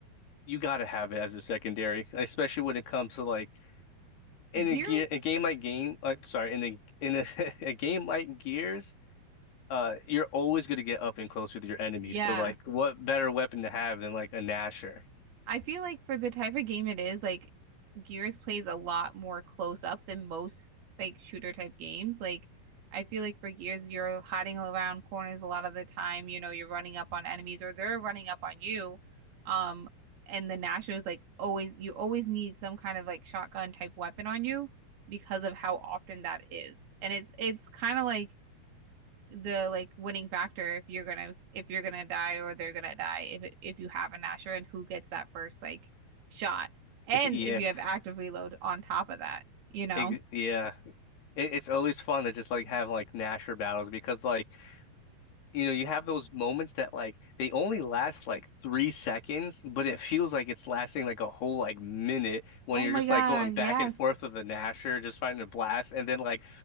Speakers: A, on the left (about 90°); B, on the right (about 75°).
A: you gotta have it as a secondary, especially when it comes to like in
B: Gears?
A: a gear a game like game like sorry in a in a, <laughs> a game like Gears, uh, you're always gonna get up and close with your enemy.
B: Yeah.
A: So like, what better weapon to have than like a Nasher?
B: I feel like for the type of game it is, like Gears plays a lot more close up than most like shooter type games. Like I feel like for Gears, you're hiding around corners a lot of the time. You know, you're running up on enemies or they're running up on you. Um, and the Nashor is like always, you always need some kind of like shotgun type weapon on you because of how often that is. And it's it's kind of like the like winning factor if you're gonna if you're gonna die or they're gonna die if if you have a Nasher and who gets that first like shot and
A: <laughs> Yeah,
B: if you have active reload on top of that, you know.
A: ex yeah. It, it's always fun to just like have like Nasher battles because like you know, you have those moments that like they only last like three seconds, but it feels like it's lasting like a whole like minute when
B: Oh
A: you're
B: my
A: just
B: God,
A: like going back
B: yes.
A: and forth with the Nasher, just fighting a blast, and then like